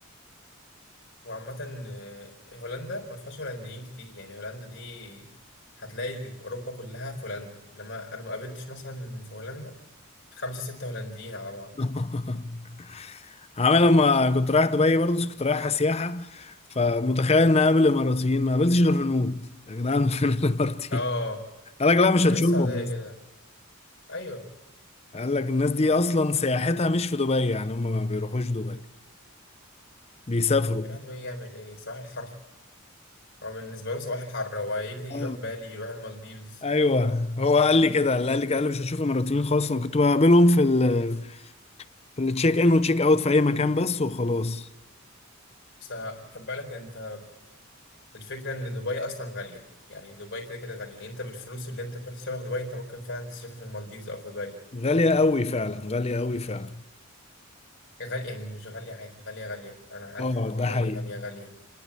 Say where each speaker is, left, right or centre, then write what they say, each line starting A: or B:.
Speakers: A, on the left; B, on the left.
A: وعامه آه، هولندا ما فيهاش هولنديين كتير يعني هولندا دي هتلاقي اوروبا كلها في هولندا انما انا ما قابلتش مثلا في هولندا خمسة ستة هولنديين على بعض
B: آه. <laughs> عامل لما كنت رايح دبي برضه بس كنت رايح سياحة فمتخيل ان اقابل اماراتيين ما قابلتش غير هنود يا جدعان <laughs> فين الاماراتيين
A: اه
B: قال لك لا مش
A: زي
B: هتشوفهم
A: السعوديه
B: أصلاً.
A: كده ايوه
B: قال لك الناس دي اصلا سياحتها مش في دبي يعني هم ما بيروحوش دبي بيسافروا
A: يروح دبي يعمل ايه صباح الحر هو بالنسبة له صباح الحر هو يجري
B: اه
A: يروح بالي يروح المالديفز
B: ايوه هو قال لي كده قال لي كده، قال لي مش هشوف اماراتيين خالص انا كنت بقابلهم في ال في التشيك ان والتشيك اوت في اي مكان بس وخلاص
A: بس لا خد بالك انت الفكرة ان دبي اصلا غالية يعني دبي كده كده غالية انت بالفلوس اللي انت تروح تصرفها في دبي انت ممكن فعلا تصرفها في المالديفز او في بالي
B: غالية قوي فعلا غالية قوي فعلا
A: غالية يعني مش غالية عادي غالية غالية انا عارف
B: اه
A: ان دبي
B: ده حقيقي
A: غالية غالية